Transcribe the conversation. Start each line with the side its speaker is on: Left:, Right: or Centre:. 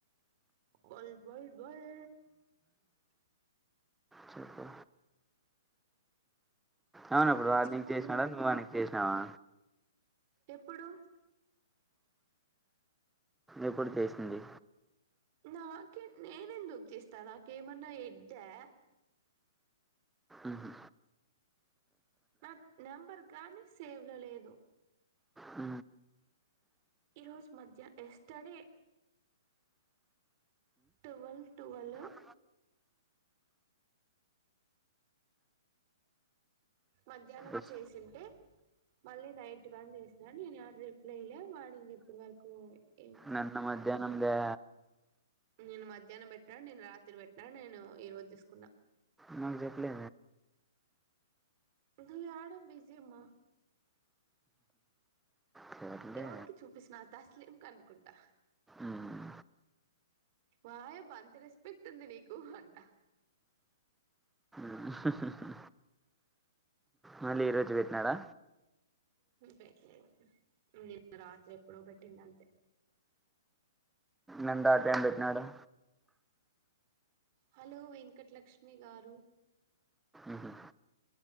Right: బొల్ బొల్ బొల్
Centre: చెప్పు అవును అప్పుడు
Right: ఏం
Centre: వాడు
Right: చెప్పాలీ
Centre: నీకు చేసినాడా నువ్వు వానికి చేసినావా
Right: ఎప్పుడు
Centre: ఎప్పుడు చేసింది
Right: నాకే నేనెందుకు చేస్తా నాకేమన్నా ఎడ్డా
Centre: ఉహు
Right: నాక్ నెంబర్ కానీ సేవ్ లో లేదు
Centre: ఊ
Right: ఈరోజ్ మధ్యహ్ ఎస్టడే టువల్ టువలు
Centre: ఆ
Right: మధ్యాహ్నం
Centre: ఎస్.
Right: చేసింటే మళ్ళీ నైట్ కాని చేసిన నేను ఆడ రిప్లై ఇయలే వాడు ఇంగ ఇప్పుడ్ వరకు ఏం
Centre: నన్న మధ్యహ్నం దా
Right: నిన్న మధ్యాహ్నం బెట్టా నిన రాత్రి వెట్నా నేను ఈ రోజు దీస్కున్నా
Centre: నాకు జెప్లేదే
Right: నువ్ యాడ బిజీ మా
Centre: సర్లే
Right: ఎవరికి చూపిసినా తస్లీం కనుకుంటా
Centre: మ్మ్.
Right: వాయబ్బ అంత రెస్పెక్ట్ ఉంది నీకూ అంట
Centre: అహహహ మళ్ళీ ఈరోజు వెట్నాడా
Right: పెట్లే నిన్న రాత్రి ఎప్పుడో పెట్టింది అంతే
Centre: నిన్న ఆ టైం పెట్టినాడా
Right: హలో వెంకట్ లక్ష్మి గారు
Centre: ఉహు